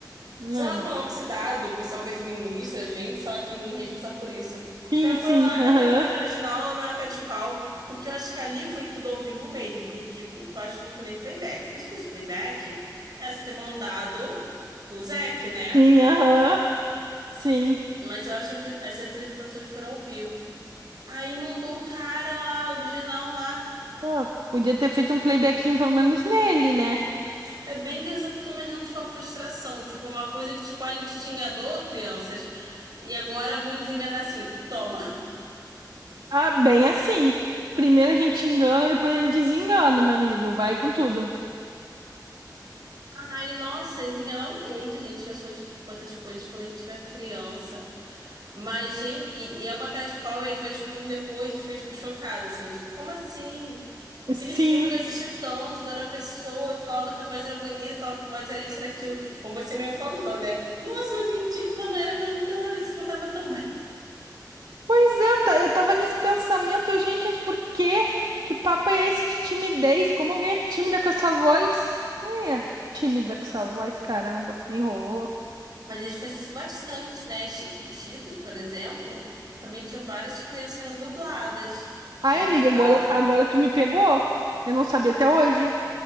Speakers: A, on the right (about 80°); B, on the right (about 60°).
A: Não.
B: sei lá qual é o nome que se dá do pessoal que administra a gente, sei lá quem é responsável por isso.
A: Sim,
B: Os caras foram
A: sim,
B: lá, meteram
A: aham.
B: o cara original na maior cara de pau, porque eu acho que ali foi tudo ao vivo mesmo, que eu digo que eu acho que não foi nem playback. Por isso que fosse playback, essa ter mandado o Zac, né?
A: Sim, aham. Sim.
B: Mas eu acho que a pre- as apresentações foram ao vivo. Aí mandou o cara lá, original lá.
A: Pô, podia ter feito um playbackinho pelo menos nele, né?
B: É bem engraçado, eu tô imaginando, tipo, a frustração. Tipo, uma coisa que, tipo, a gente te enganou, crianças, e agora vamos desenganar assim, toma.
A: Ah, bem assim. Primeiro a gente engana, depois a gente desengana, meu amigo. Vai com tudo.
B: <laughs> Ai, nossa, eles enganavam muito gente com essas coisas, com essas coisas quando a gente era criança. Mas, gente, e, e é uma cara de pau, e a gente vai descobrindo depois, e foi, tipo, chocado, assim, tipo, como assim? Aquele
A: Sim.
B: filme que eu assisti tanto, não era a pessoa, eu falava que a voz era bonita, eu falava que a voz era isso, era aquilo. Como você mesmo falou, né? Nossa, não entendia porque ela não era cantora, se cantava tão bem.
A: Pois é, eu ta- eu tava nesse pensamento, eu, gente, mas por quê? Que papo é esse de timidez? Como alguém é tímida com essa voz? É, tímida com essa voz, caramba, me enrolou.
B: Mas eles faziam isso bastante, né? Chiquititas, por exemplo, também tinham várias crianças que eram dubladas quando
A: Ai, amiga,
B: cantavam.
A: agora, agora tu me pegou? Eu não sabia até hoje.